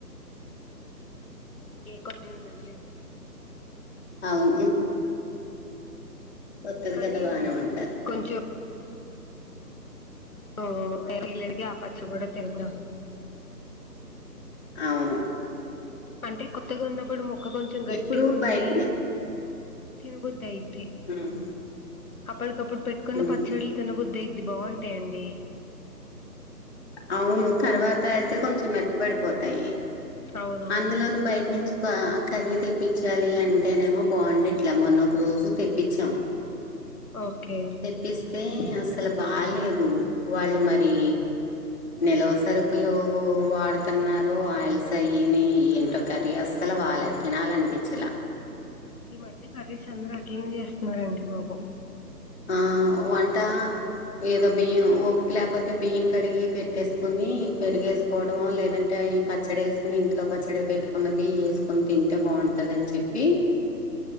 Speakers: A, on the left; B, on the left.
A: కొని ఉండదిలే
B: అవును కొత్తది
A: కానీ
B: కదా బానే ఉంటది
A: కొంచెం ఓ ఎరిలు ఎరిగి ఆ పచ్చి కూడా తెరుగు రావు
B: అవును
A: అంటే కొత్తగా ఉన్నప్పుడు ముక్క కొంచెం గట్టిగా
B: ఇప్పుడు
A: ఉండి
B: బయటని
A: తినబుద్ధి అయిద్ది
B: ఉమ్,
A: అప్పటికప్పుడు పెట్టుకున్న
B: ఉమ్.
A: పచ్చడి తిన బుద్ధి అయిద్ది బాగుంటాయండి
B: అవును తర్వాత అయితే కొంచెం మెత్త పడిపోతాయి
A: అవునవును
B: అందులోను బయట నుంచి కా కర్రీ తెప్పించాలి అంటేనేమో బాగుండట్ల మొన్న ఒక రోజు తెప్పించాం
A: ఓకే
B: తెప్పిస్తే అసలు బాలేేదు వాళ్ళు మరి నిల్వ సరుకులు వాడుతున్నారు ఆయిల్స్ అయిని ఏంటో కర్రీ అసలు బాలేదు తినాలనిపించలా
A: ఈ మధ్య కర్రీస్ అందరు అట్లనే చేస్తున్నారండి బాబు
B: ఆ వంట ఏదో బియ్యం ఓపిక లేకపోతే బియ్యం కడిగి పెట్టేసుకుని పెరిగేసు కోవడము లేదంటే ఈ పచ్చడి వేసుకొని ఇంట్లో పచ్చడి పెట్టుకున్నది వేసుకొని తింటే బాగుంటది అని చెప్ ఈ